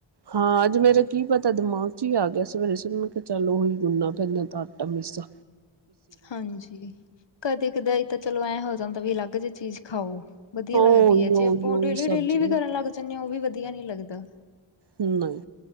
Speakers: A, on the right (about 60°); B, on the left (about 65°).
A: ਹਾਂ ਅੱਜ ਮੇਰਾ ਕੀ ਪਤਾ ਦਿਮਾਗ ਚ ਹੀ ਆ ਗਿਆ ਸਵੇਰੇ ਸ ਕਿਹਾ ਚੱਲ ਉਹੀ ਗੁੰਨਾ ਪਹਿਲਾਂ ਤਾਂ ਆਟਾ ਮੇਸਾ??
B: ਹਾਂਜੀ ਕਦੇ ਕਦਾ ਇਹ ਤਾਂ ਚਲੋ ਐਂ ਹੋ ਜਾਂਦਾ ਵੀ ਅਲੱਗ ਜਿ ਚੀਜ਼ ਖਾਓ ਵਧੀਆ
A: ਉਹੀ
B: ਲੱਗਦੀ ਹੈ
A: ਉਹੀ
B: ਜੇ ਆਪਾਂ
A: ਉਹੀ
B: ਉਹ ਡੇਲੀ
A: ਸਬਜ਼ੀ
B: ਡੇਲੀ ਵੀ ਕਰਨ ਲੱਗ ਉਹ ਵੀ ਵਧੀਆ ਨਹੀਂ ਲੱਗਦਾ
A: ਹਮ